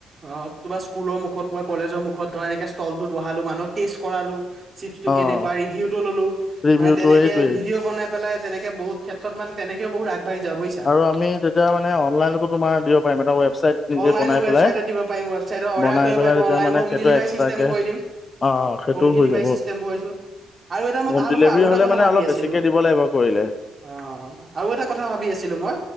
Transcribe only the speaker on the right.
অ', তুবা স্কুল ৰ মুখত, ক'বাত কলেজৰ মুখত ধৰা এনেকে ষ্টলটো বহালো। মানুহক টেষ্ট কৰালো। চিপছ্টো
কেনেকুৱা? ৰিভিউটো ললোঁ।
মানে তেনেকে
ভিডিঅ' বনাই পেলাই তেনেকে বহুত ক্ষেত্ৰত মানে তেনেকে বহুত আগবাঢ়ি যাওঁ, বুজিছা?
অনলাইনৰ
ৱেবছাইটত
দিব পাৰিম ৱেবছাইটত অৰ্ডাৰ
কৰিব
পাৰিব
অনলাইন
হোম
ডেলিভাৰী
চিষ্টেম
কৰি দিম
হোম ডেলিভাৰী
চিষ্টেম কৰিছোঁ আৰু এটা মই
তাহাঁলোকৰ
আৰু এটা
কথা
ভাবি
আছিলোঁ
অ' আৰু এটা কথা ভাবি আছিলোঁ মই